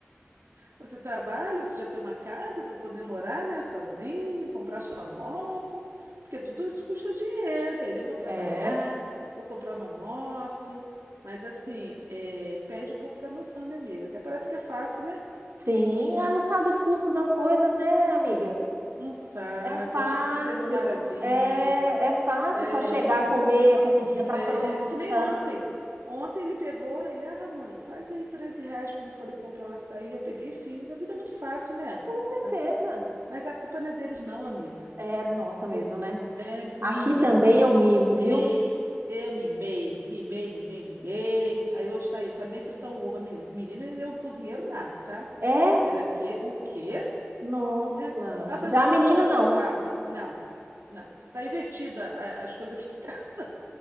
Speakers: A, on the right; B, on the right.
A: Você trabalha, você já tem uma casa para poder morar, né, sozinho, comprar sua moto, porque tudo isso custa dinheiro. Ele, eu vou trabalhar,
B: É,
A: vou comprar uma moto, mas assim, é, perde um pouco da noção, né, amiga? Até parece que é fácil, né?
B: sim, ah, não sabe os custos das coisas, né, amiga?
A: Não sabe,
B: É fácil,
A: acha que tudo é mil maravilha.
B: é, é fácil
A: É,
B: só chegar comer, a
A: apontou-
B: comidinha tá
A: é,
B: pronta.
A: que nem ontem. Ontem ele pegou, ele, ah, mãe, faz aí 13 reais para eu poder comprar um açaí. Eu peguei e fiz. A vida é muito fácil, né?
B: Com certeza.
A: Assim, mas a culpa não é deles, não, amiga.
B: É, nossa mesmo, né?
A: É
B: Aqui
A: minha,
B: também
A: porque
B: eu
A: eu que
B: mimo,
A: mimei,
B: viu?
A: eu mimei, mimei, mimei, mimei. Aí hoje tá aí, sabe nem fritar um ovo, menino. O menino, ele é um cozinheiro nato, tá?
B: É,
A: Ele é daqui, o quê?
B: nossa.
A: Né? Vai fazer
B: Já
A: um
B: a
A: arroz,
B: menina não.
A: Eduardo? Não, não. Tá invertida a- as coisas aqui em casa.